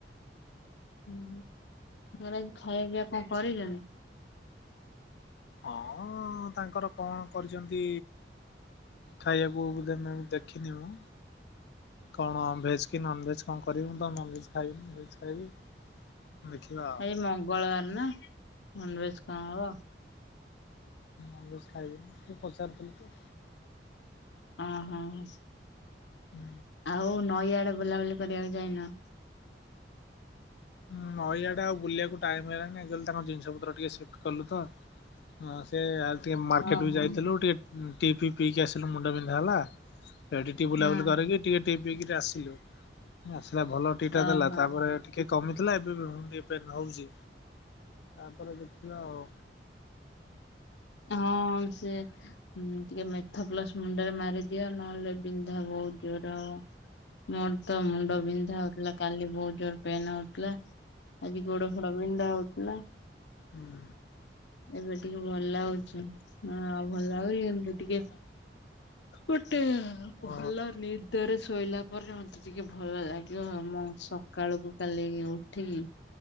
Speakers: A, on the left; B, on the left.
A: <unintelligible> ଖାଇବା ପିଇଆ କଣ କରିଛନ୍ତି?
B: ହଁ ତାଙ୍କର କଣ କରିଛନ୍ତି। ଖାଇବାକୁ ଦେମେ ଦେଖିନି ମୁଁ। କଣ ଭେଜ କି ନନଭେଜ କଣ କରିବେ ମୁଁ ତ ନନ ଭେଜ ଖାଇବିନି। ଭେଜ୍ ଖାଇବି ଦେଖିବା ଆଉ
A: ଆଜି ମଙ୍ଗଳବାର ନା? ନନଭେଜ୍ କଣ ହବ।
B: ନନ୍ଭେଜ୍ ଖାଇବିନି ପଚାରିଥିଲେ ତ।
A: ହଁ ହଁ ହଁ।
B: ହୁଁ
A: ଆଉ ନଈଆଡେ ବୁଲାବୁଲି କରିବାକୁ ଯାଇନ?
B: ହୁଁ ନଇଆଡେ ଆଉ ବୁଲିଆକୁ ଟାଇମ ହେଲାନି ମୁ କହିଲି ତାଙ୍କ ଜିନିଷ ପତ୍ର ଟିକେ କଲୁ ତ ହ ସେ ଆଉ ଟିକେ ମାର୍କେଟକୁ
A: ଓହୋ
B: ଯାଇଥିଲୁ, ଟିକେ ଟି ଫି ପିଇକି ଆସିଲୁ ମୁଣ୍ଡ ବିନ୍ଧା ହେଲା ଏଠି ଟିକେ ବୁଲାବୁଲି
A: ହଁ
B: କରିକି ଟି ପି କିରି ଆସିଲୁ। ଆସିଲା ଭଲ ଟି ଟା
A: ଓହୋ
B: ଦେଲା ତାପରେ ଟିକେ କମିଥିଲା ଏବେ ବି ପେନ୍ ହଉଛି ତାପରେ ଦେଖବା ଆଉ।
A: ହଁ ସେ ଟିକେ ମେଥପ୍ଲସ ମୁଣ୍ଡରେ ମାରିଦିଅ ନହେଲେ ବିନ୍ଧା ବହୁତ ଜୋର ହବ। ମୋର ତ ମୁଣ୍ଡ ବିନ୍ଧା ହଉଥିଲା। କାଲି ବହୁତ ଜୋର ପେନ୍ ହଉଥିଲା। ଆଜି ଗୋଡ ଫୋଡ ବିନ୍ଧା ହଉଥିଲା।
B: ହଁ
A: ଏବେ ଟିକେ ଭଲ ଲାଗୁଛି ହ ଆଉ ଭଲ ଲାଗୁଛି ଏମିତି ଟିକେ ଗୋଟେ ଭଲ
B: ଓ
A: ନିଦରେ ଶୋଇଲା ପରେ ମତେ ଟିକେ ଭଲ ଲାଗିବ ମୁଁ ସକାଳକୁ କାଲିକି ଉଠିକି